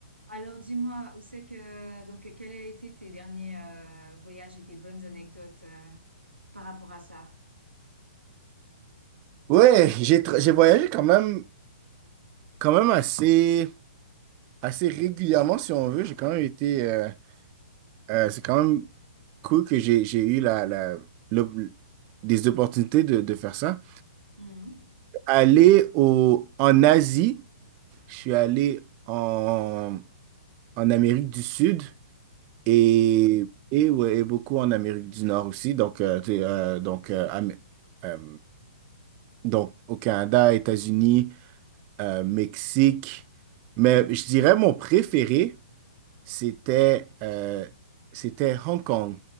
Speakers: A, on the right (about 80°); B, on the right (about 25°).
A: Alors dis-moi, où c'est que donc quels a été tes derniers euh, voyages et tes bonnes anecdotes euh, par rapport à ça?
B: Ouais, j'ai tra- j'ai voyagé quand même, quand même assez, assez régulièrement, si on veut. J'ai quand même été. euh, euh, c'est quand même cool que j'ai j'ai eu la, la, le- des opportunités de, de faire ça.
A: Mhm.
B: Aller au, en Asie, je suis allé en, en Amérique du Sud et,
A: Ok.
B: et, ouais, et beaucoup en Amérique du Nord aussi. Donc, euh, t'es, euh, donc, euh, Am- euh, donc au Canada, États-Unis. euh, Mexique. Mais je dirais mon préféré, c'était euh, c'était Hong Kong.